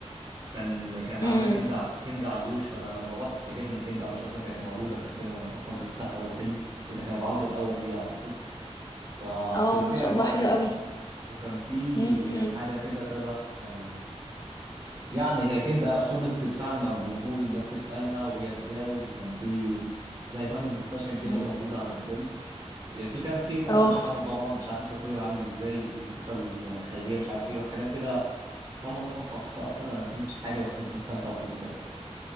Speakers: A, on the right; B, on the left.
A: كان كانت
B: امم
A: عاملاه كندا كندا علوش فانا لما رحت اتفاجئت ان كندا علوش اصلا كانت موجودة في السينما اصلا بتحضر الفيلم لان كان العرض الاول ليه اعتقد فبتبقى
B: اه ما
A: فيه
B: شاء
A: اجواء
B: الله حلو
A: حلوة
B: قوي
A: وكان في
B: امم
A: حاجة كده شبه آه، يعني هي كندا فضلت تتفاعل مع الجمهور الناس تسألها وهي تجاوب وكان في زي بانل ديسكشن كده
B: مم.
A: موجود عن الفيلم إيه، في كلام كتير اتقال
B: اه
A: انا مش فاهمه طبعا مش عارف التصوير عامل ازاي الموسيقى الخارجيه مش عارف ايه وكلام كده تفهموا الناس متخصصه اكتر انا ما فهمتش حاجه بس كنت مستمتع وخلاص يعني